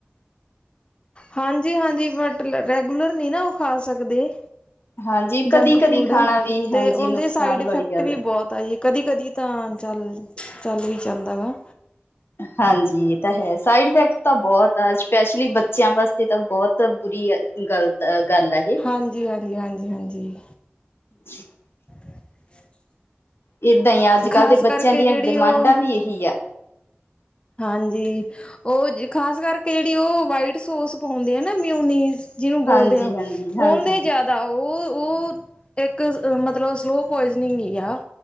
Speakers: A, on the left; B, on the left.
A: ਹਾਂਜੀ-ਹਾਂਜੀ, ਬਟ, ਲੈਂ ਰੈਗੂਲਰ ਨਹੀਂ ਨਾ ਓਹ ਖਾ ਸਕਦੇ।
B: ਹਾਂਜੀ ਕਦੀ-ਕਦੀ
A: ਜੰਕ-ਫੂੜ,
B: ਖਾਣਾ ਵੀ
A: ਤੇ
B: ਹਾਂਜੀ
A: ਔੰਦੇ
B: ਨੁਕਸਾਨ
A: ਸਾਈਡ ਇਫੈਕਟ
B: ਵਾਲੀ ਗੱਲ
A: ਵੀ
B: ਹੈ
A: ਬੌਤ ਤਾ ਜੀ, ਕਦੀ-ਕਦੀ ਤਾਂ ਚੱਲ, ਚੱਲ ਵੀ ਜਾਂਦਾ ਵਾ।
B: ਹਾਂਜੀ, ਇਹ ਤਾ ਹੈ, ਸਾਈਡ-ਇਫੈਕਟ ਤਾਂ ਬਹੁਤ ਆ, ਸਪੈਸ਼ਲੀ ਬੱ ਚਿਆਂ ਵਾਸਤੇ, ਤਾਂ ਬਹੁਤ ਬੁਰੀ, ਐ ਗਲਤ ਗੱਲ ਆ, ਇਹ।
A: ਹਾਂਜੀ, ਹਾਂਜੀ, ਹਾਂਜੀ।
B: ਜੀ। <inaudible>
A: <unintelligible>
B: ਇਹਦਾਂ ਹੀ ਆ, ਅੱਜ-ਕੱਲ
A: ਖ਼ਾਸ
B: ਦੇ ਬੱਚਿਆਂ
A: ਕਰਕੇ
B: ਦੀਆਂ,
A: ਜਿਹੜੀ
B: ਡਿਮਾਂਡਾਂ
A: ਉਹ
B: ਵੀ ਏਹੀ ਆ।
A: ਹਾਂਜੀ! ਓਹ, ਖ਼ਾਸ ਕਰਕੇ ਜਿਹੜੀ ਓਹ ਵਾਈਟ ਸੋਸ ਪਾਉਂਦੇ ਆ, ਨਾ ਮਿਊਨੀਜ ਜਿਨੂੰ ਬੋਲਦੇ
B: ਹਾਂਜੀ-ਹਾਂਜੀ-ਹਾਂਜੀ
A: ਆਂ, ਓਂਦੇ ਜਾ ਦਾ, ਓਹ-ਓਹ ਇੱਕ, ਮਤਲਬ ਸਲੋ ਪੋਇਜਨੀਂਗ ਹੀ ਆ।